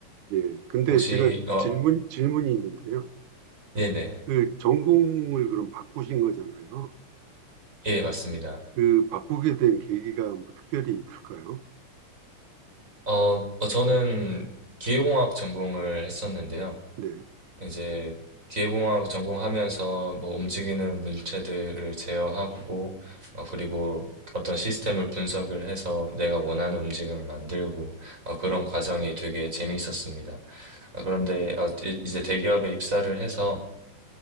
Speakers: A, on the right (about 75°); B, on the right (about 25°).
A: 예, 근데
B: 혹시
A: 제가
B: 어,
A: 질문, 질문이 있는데요.
B: 네네.
A: 그 전공을 그럼 바꾸신 거잖아요.
B: 예, 맞습니다.
A: 그 바꾸게 된 계기가 뭐 특별히 있을까요?
B: 어, 어, 저는 기계공학 전공을 했었는데요.
A: 네,
B: 이제 기계공학 전공하면서 뭐 움직이는 물체들을 제어하고 어, 그리고 어떤 시스템을 분석을 해서 내가 원하는 움직임을 만들고 어, 그런 과정이 되게 재미있었습니다. 어, 그런데 어, 이- 이제 대기업에 입사를 해서